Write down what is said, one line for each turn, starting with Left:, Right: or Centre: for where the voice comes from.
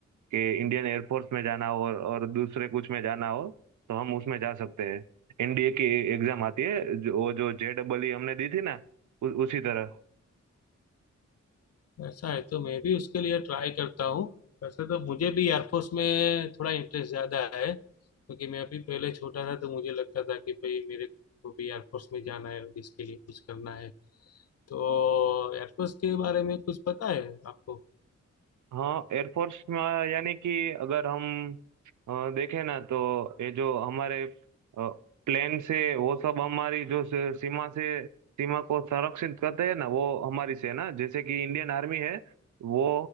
Right: कि इंडियन एयरफोर्स में जाना हो और, और दूसरे कुछ में जाना हो तो हम उसमें जा सकते हैं एनडीए की एग्जाम आती है जो वो जो जे डबल ई हमने दी थी ना उ, उसी तरह
Left: ऐसा है तो मैं भी उसके लिए ट्राई करता हूँ वैसे तो मुझे भी एयरफोर्स में थोड़ा इंटरेस्ट ज्यादा है क्योंकि मैं अभी पहले छोटा था तो मुझे लगता था कि भाई मेरे को भी एयरफोर्स में जाना है और इसके लिए कुछ करना है तो एयरफोर्स के बारे में कुछ पता है आपको
Right: हाँ एयरफोर्स में यानी कि अगर हम अ, देखें ना तो ये जो हमारे प्लेन से वो सब हमारी जो स- सीमा से सीमा को संरक्षित करते हैं ना वो हमारी सेना जैसे कि इंडियन आर्मी है वो